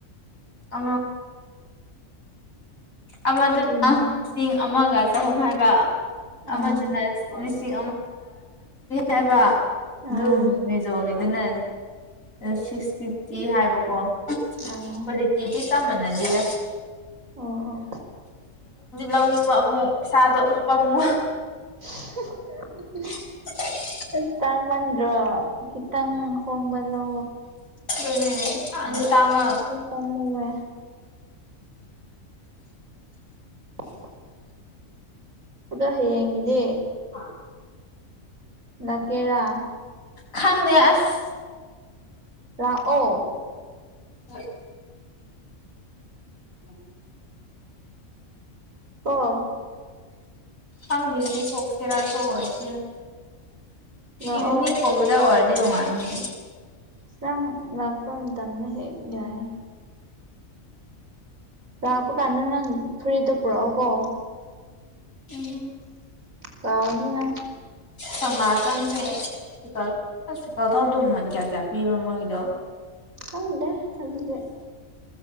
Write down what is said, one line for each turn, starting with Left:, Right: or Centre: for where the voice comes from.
Left: ꯑ ꯑꯃꯗꯅ
Right: ꯀꯔꯤꯅꯣ
Left: ꯂꯤꯁꯤꯡ ꯑꯃꯒ ꯆꯍꯨꯝ ꯍꯥꯏꯕ ꯑꯃꯁꯤ
Right: ꯑꯥ
Left: ꯍꯥꯏꯕ ꯑꯗꯨꯝ
Right: ꯑꯥ
Left: ꯃꯦꯖꯣꯒꯤꯗꯨꯅ ꯁꯤꯛꯁ ꯐꯤꯐꯇꯤ ꯍꯥꯏꯕꯀꯣ
Right: ꯑꯥ
Left: ꯀꯗꯤꯛꯇꯗꯤ ꯀ ꯃꯟꯅꯗꯔ
Right: ꯑꯣ ꯑꯣ
Left: ꯂꯧꯅꯤꯡꯕ ꯑꯃꯨꯛ ꯏꯁꯥꯗꯣ ꯑꯃꯨꯛ ꯄꯥꯝꯃꯨ
Right: <inaudible>
Left: ꯑ
Right: ꯁ ꯇꯪ ꯃꯟ꯭ꯔꯣ ꯀꯈꯤꯠꯇꯪ ꯍꯣꯡꯡꯕꯜꯂ
Left: ꯄꯨꯅꯤ ꯑ ꯇꯥꯃ
Right: ꯄꯥꯝꯃꯨꯋꯦ <inaudible> ꯑꯗ ꯍꯦꯡꯉꯗꯤ
Left: ꯑꯥ
Right: ꯂꯀꯦꯔꯥ
Left: ꯈꯪꯅꯦ ꯑꯁ
Right: ꯔꯥꯑꯣ
Left: <inaudible> <inaudible>
Right: ꯀꯣ
Left: ꯁ ꯂꯤꯜꯅꯤ ꯐꯣꯛ ꯐꯦꯔꯥꯁꯨꯣ ꯑꯣꯏꯣꯏꯁ
Right: ꯂꯥꯛꯑꯣ
Left: ꯏꯚꯅꯤꯡ ꯀꯣꯕꯨꯗ ꯑꯣꯏꯔꯗꯤ ꯅꯨꯡꯉꯥꯏ
Right: ꯁ ꯂꯥꯛꯄꯝ ꯃꯇꯝꯝꯗ ꯍꯦꯛ ꯌꯥꯏ ꯂꯥꯛꯄ ꯀꯥꯟꯗ ꯅꯪ ꯐꯨꯔꯤꯠꯇ ꯄꯨꯔꯛꯑꯣꯀꯣ
Left: ꯎꯝ
Right: ꯀꯥꯎꯅꯤ ꯅꯪ
Left: ꯁꯉ ꯆꯪꯁꯦ ꯀꯥ ꯑꯁ ꯆꯤꯀꯥ ꯊꯥꯎꯗ ꯃꯃꯜ ꯀꯌꯥ ꯀꯌꯥ ꯄꯤꯕꯣ ꯃꯣꯏꯒꯤꯗꯣ
Right: ꯍꯪꯗꯦ ꯑꯗꯨꯦ